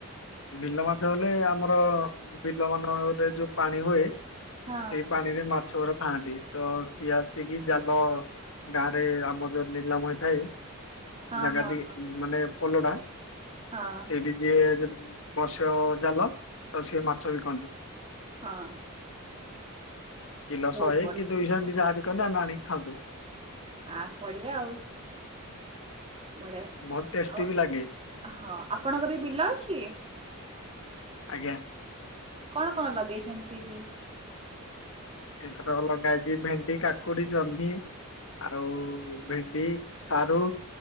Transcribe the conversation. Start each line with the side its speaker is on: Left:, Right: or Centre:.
Left: ବିଲ ମାଛ ବୋଲେ ଆମର ବିଲ ମାନକରେ ଯୋଉ ପାଣି ହୁଏ।
Right: ହଁ
Left: ସେ ପାଣିରେ ମାଛ ଗୁରା ଥାନ୍ତି ତ ସିଏ ଆସିକି ଜାଲ ଗାଁ ରେ ଆମର ଯୋଉ ନିଲାମ ହେଇଥାଏ।
Right: ହଁ
Left: ଜାଗା
Right: ହଁ
Left: ଦି
Right: ହଁ
Left: ମାନେ ପୋଲ ଟା
Right: ହଁ
Left: ସେଇଠି ଯିଏ ବସେଇବା ଜାଲ ତ ସିଏ ମାଛ ବିକନ୍ତି।
Right: ହଁ।
Left: କିଲୋ
Right: ବହୁତ
Left: ଶହେ
Right: ବଢିଆ
Left: କି ଦୁଇ ସ ଯାହାବି କନ ଆମେ ଆଣିକି ଖାଆନ୍ତୁ।
Right: ଆ ପଡ଼ିଆ ଆଉ। ବଢିଆ
Left: ବହୁତ ଟେଷ୍ଟି
Right: ଆଉ
Left: ବି ଲାଗେ
Right: ହଁ ଆପଣଙ୍କର ଏ ବିଲ ଅଛି।
Left: ଆଜ୍ଞା।
Right: କଣ କଣ ଲଗେଇଛନ୍ତି ସେଇଠି?
Left: ଏଇଥରକ ଲଗା ହେଇଚି ଭେଣ୍ଡି, କାକୁଡି, ଜହ୍ନି ଆଉ ଭେଣ୍ଡି, ସାରୁ।